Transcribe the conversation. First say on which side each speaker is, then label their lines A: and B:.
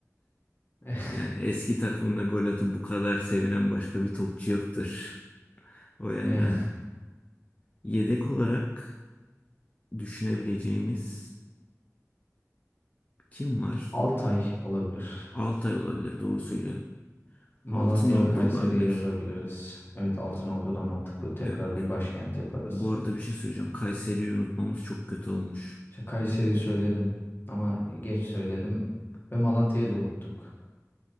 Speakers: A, on the left (about 40°); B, on the left (about 25°).
A: <laughs>
B: Yani eski takımında gol atıp bu kadar sevinen başka bir topçu yoktur. O yönden
A: Yani
B: yedek olarak düşünebileceğimiz kim var?
A: Altay olabilir.
B: Altay olabilir, doğru söylüyorsun.
A: Malatya
B: Altınordu
A: ve Kayseri'yi
B: olabilir.
A: yazabiliriz. Evet Altınordu da mantıklı. Tekrar
B: E,
A: bir başkent yaparız.
B: bu arada bir şey söyleyeceğim. Kayseri'yi unutmamız çok kötü olmuş.
A: İşte Kayseri'yi söyledim ama geç söyledim. Ve Malatya'yı da unuttuk.